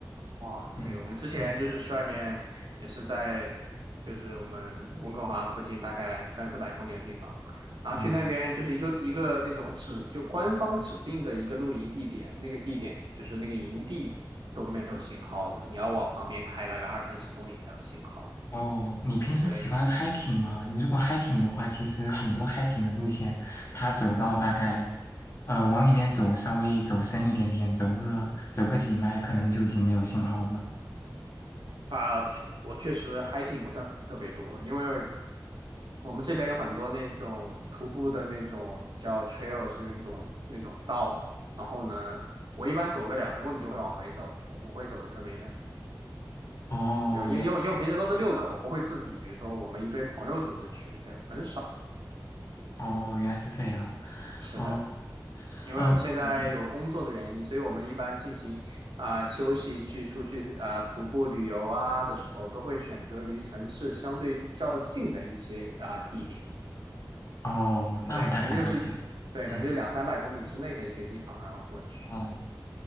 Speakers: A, on the right; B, on the left.
A: 哦，
B: <laughs>
A: 对，
B: 嗯嗯
A: 我们之前就是去外面，也是在就是我们温哥华附近大概三四百公里的地方，然后去那边就是一个一个那种指就官方指定的一个露营地点，
B: 哦。
A: 那个地点就是那个营地都没有信号的，你要往旁边开大概二三十公里才有信号。
B: 哦，你平时喜欢
A: 对
B: hiking 吗？你如果 hiking 的话，其实很多 hiking 的路线，它走到大概，呃，往里面走，稍微走深一点点，走个走个几迈，可能就已经没有信号了。
A: 啊，确我确实 hiking 不算特别多，因为我们这边有很多那种徒步的那种叫 trail，是那种那种道。然后呢，我一般走个两三公里就会往回走，我不会走的特别远。
B: 哦，
A: 就因为因为因为我平时都是遛狗，
B: 原来
A: 我不会自己，比如说我们一堆朋友组织去，对，很少。
B: 哦原来是这样。
A: 是的，
B: 哦，
A: 因为我们现在有工作的原因，
B: 呃，你们
A: 所以我们一般进行啊、休息去出去啊、徒步旅游啊的时候，都会选择离城市相对较近的一些啊、地点。
B: 哦，那我大概了解了。
A: 对，可能就是一，对，
B: 嗯，
A: 可能就两三百公里之内的一些地方，然后过去。
B: 哦，